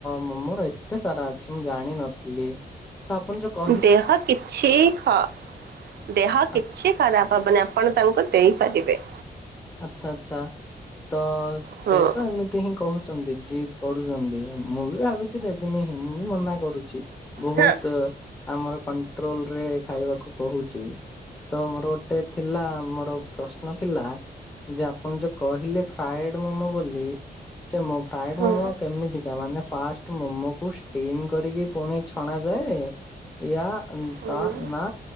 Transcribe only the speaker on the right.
ଦେହ କିଛି ହ- ଦେହ କିଛି
ଖରାପ ହେବନି ଆପଣ ତାଙ୍କୁ ଦେଇପାରିବେ।
ହୁଁ।
ହଁ
ହଁ
ହଁ।